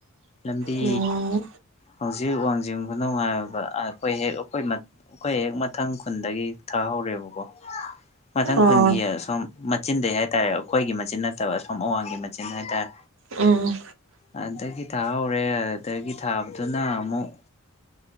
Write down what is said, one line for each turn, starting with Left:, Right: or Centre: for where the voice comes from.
Left: ꯂꯝꯕꯤ
Right: ꯎꯝ
Left: ꯍꯧꯖꯤꯛ ꯋꯥꯡꯖꯤꯡ ꯈꯨꯅꯧ ꯍꯥꯏꯔꯕ ꯑꯩꯈꯣꯏ ꯍꯦꯛ ꯑꯩꯈꯣꯏ ꯑꯩꯈꯣꯏ ꯍꯦꯛ ꯃꯊꯪ ꯈꯨꯟꯗꯒꯤ ꯊꯥꯍꯧꯔꯦꯕꯀꯣ ꯃꯊꯪ
Right: ꯑꯣ
Left: ꯈꯨꯟꯒꯤ ꯁꯣꯝ ꯃꯆꯤꯟꯗꯩ ꯍꯥꯏꯇꯥꯔꯦ ꯑꯩꯈꯣꯏꯒꯤ ꯃꯆꯤꯟ ꯅꯠꯇꯕ ꯑꯁꯣꯝ ꯑꯋꯥꯡꯒꯤ ꯃꯆꯤꯟ ꯍꯥꯏꯇꯥꯔꯦ
Right: ꯎꯝ
Left: ꯑꯗꯨꯗꯒꯤ ꯊꯥꯍꯧꯔꯦ ꯑꯗꯨꯗꯒꯤ ꯊꯥꯕꯗꯨꯅ ꯑꯃꯨꯛ